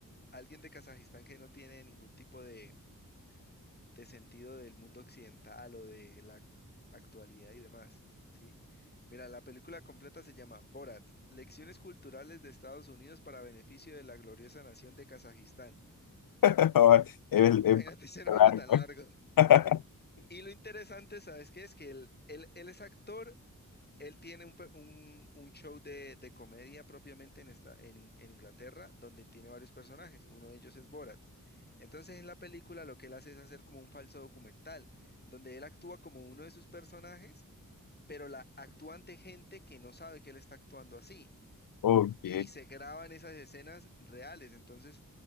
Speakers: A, on the left; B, on the left.
A: alguien de Kazajistán que no tiene ningún tipo de de sentido del mundo occidental o de la ac- actualidad y demás, ¿sí? Mira, la película completa se llama Borat, Lecciones culturales de Estados Unidos para beneficio de la gloriosa nación de Kazajistán. <laughs>
B: <laughs> es, es
A: Imagínate ese nombre
B: largo.
A: tan largo.
B: <laughs>
A: Y lo interesante, ¿sabes qué? Es que él, él, él es actor él tiene un, pe- un- un show de, de comedia propiamente en, esta, en, In- en Inglaterra, donde tiene varios personajes. Uno de ellos es Borat. Entonces, en la película lo que él hace es hacer como un falso documental, donde él actúa como uno de sus personajes, pero la actúa ante gente que no sabe que él está actuando así
B: Ok,
A: y
B: sí,
A: se graban esas escenas reales. Entonces,